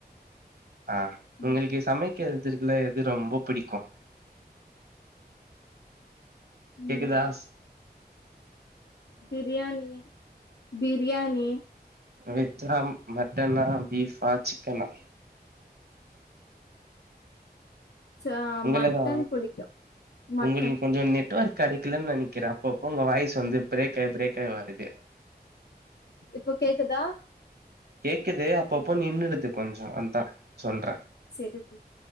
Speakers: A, on the right; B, on the left.
A: ஆ உங்களுக்கு
B: ம்
A: சமைக் கிறதுல எது ரொம்போ பிடிக்கு கேக்குதாஸ்
B: ம் பிரியாணி பிரியாணி
A: வெஜ்ஜா மட்டனா பீஃபா சிக்கனா
B: ச
A: உங்கள
B: மட்டன்
A: தா
B: புடிக்கு மட்டன்
A: உங்களுக் கொஞ்சோ நெட் ஒர்க் கடைக்கலன் நனைக்கிறே அப்பப்போ உங்க வாய்ஸ் வந்து பிரேக் ஆகி பிரேக் ஆகி வருது
B: இப்ப கேக்குதா
A: கேக்குது அப்பப்போ நின்னுடுது கொஞ்சோ அதா சொல்ற
B: செரி <inaudible>